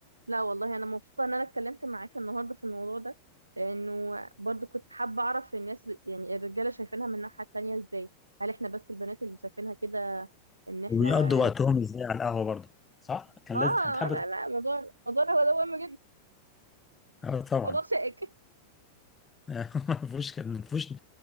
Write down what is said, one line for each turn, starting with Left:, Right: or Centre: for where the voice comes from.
Right: لا والله انا مبسوطه ان انا اتكلمت معاك النهارده في الموضوع ده لانه برضو كنت حابه اعرف الناس يعني الرجاله شايفينها من الناحيه التانية ازاي هل احنا بس البنات اللي شايفينها كده ان احنا
Left: ويقضوا وقتهم إزاي على القهوة برضه صح؟ كان
Right: اه
Left: لازم تحب
Right: لا لا موضوع موضوع هو ده مهم جدا
Left: اه طبعا
Right: موضوع شائك
Left: <laughs> ما فيهوش كان ما فيهوش